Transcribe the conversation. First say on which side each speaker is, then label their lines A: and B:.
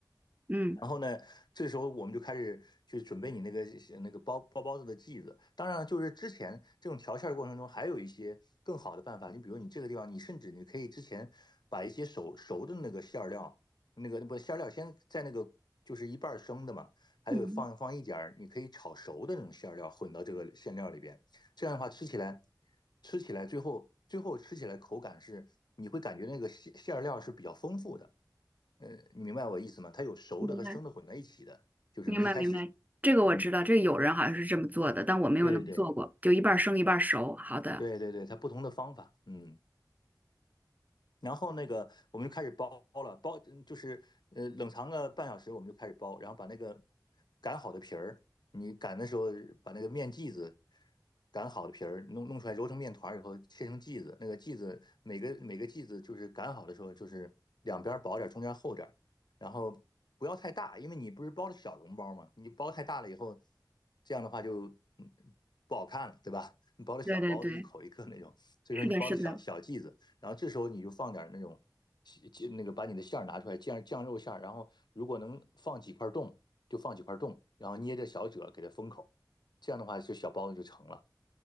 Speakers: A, on the right (about 20°); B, on the left (about 70°).
A: 嗯
B: 然后呢，这时候我们就开始去准备你那个那个包包包子的剂子。当然了，就是之前这种调馅儿过程中，还有一些更好的办法。你比如你这个地方，你甚至你可以之前把一些熟熟的那个馅儿料，那个不馅儿料先在那个就是一半儿生的嘛，还有放放一点儿，
A: 嗯，
B: 你可以炒熟的那种馅儿料混到这个馅料里边。这样的话，吃起来吃起来最后最后吃起来口感是你会感觉那个馅馅儿料是比较丰富的。呃，你明白我意思吗？它有熟的和生的混在一起的，
A: 明白。
B: 就是你一开始，
A: 明白明白，这个我知道，
B: 嗯，
A: 这个有人好像是这么做的，但我没有那么做过，
B: 对对对
A: 就一半儿生一半儿熟。好的，
B: 对对对，它不同的方法，嗯。然后那个我们就开始包了，包嗯就是呃冷藏个半小时，我们就开始包，然后把那个擀好的皮儿，你擀的时候把那个面剂子擀好的皮儿弄弄出来，揉成面团儿以后切成剂子，那个剂子每个每个剂子就是擀好的时候就是两边薄点儿，中间厚点儿，然后不要太大，因为你不是包的小笼包嘛，你包太大了以后，这样的话就嗯不好看了，对吧？你包的小包子一口一个那种，
A: 对对对，
B: 所以说你包的小小剂子。
A: 是的，是的，
B: 然后这时候你就放点那种就那个把你的馅儿拿出来，酱酱肉馅儿，然后如果能放几块冻就放几块冻，然后捏着小褶给它封口，这样的话就小包子就成了。